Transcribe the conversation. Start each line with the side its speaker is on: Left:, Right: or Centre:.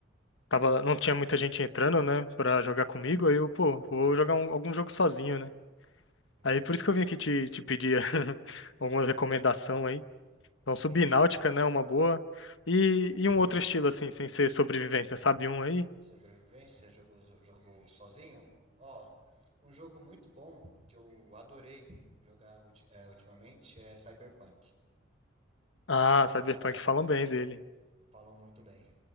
Left: Tava, não tinha muita gente entrando, né, pra jogar comigo. Aí eu, pô, vou jogar um- algum jogo sozinho, né?
Right: Uhum.
Left: Aí por isso que eu vim aqui te, te pedir <laughs> algumas recomendações aí. Então, subnáutica,
Right: Entendi.
Left: né? Uma boa. E,
Right: É.
Left: e um outro estilo, assim, sem ser sobrevivência, sabe um aí?
Right: Sobrevivência, jogo, jogo sozinho? Ó, um jogo muito bom que eu adorei jogar ulti- é, ultimamente é Cyberpunk.
Left: Ah, Cyberpunk
Right: Já
Left: falam
Right: cê-
Left: bem dele.
Right: falam muito bem.